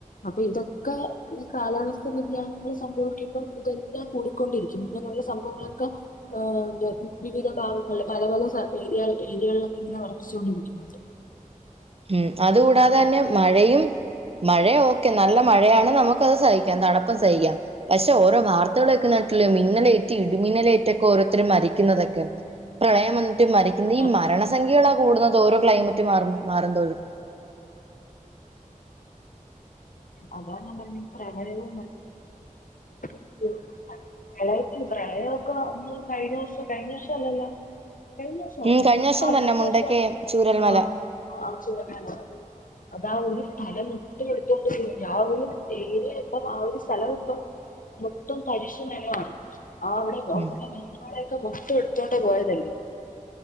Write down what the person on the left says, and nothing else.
അപ്പൊ ഇതൊക്കെ ഈ കാലാവസ്ഥ വ്യതിയാനങ്ങൾ സംഭവിക്കപ്പം ഇതെല്ലാം കൂടിക്കൊണ്ടിരിക്കും ഇങ്ങനെയുള്ള സംഭവങ്ങളൊക്കെ ഏ എ വിവിധ ഭാഗങ്ങളിൽ പല പല ഏരി ഏരിയകളിലൊക്കെ ഇങ്ങനെ വളർത്തിച്ച കൊണ്ടിരിക്കണ്ട്
ആ,
അതാ ഞാൻ പറഞ്ഞെ പ്രളയവും <unintelligible> പ്രളയത്തി പ്രളയമൊക്കെ ഒന്ന് കഴിഞ്ഞ വഷം കഴിഞ്ഞ വർഷ അല്ലല്ലോ കഴിഞ്ഞോസര്ന്നു
ആ
കഴിഞ്ഞോസോ
ആ അഹ് ചൂരൽ മല അതാ ഒരു സ്ഥല ഇനി ഉടുത്തോണ്ട് പോവില്ല ആ ഒരു ഏര് ഇപ്പം ആ ഒരു സലം ഇപ്പം മൊത്തം തരിശ് നെലവാണ് ആ അവ്ടെ അവടെ
വീട്ട് കാല് ക്കൊ മൊത്തം എടുത്തോണ്ട് പോയതല്ലേ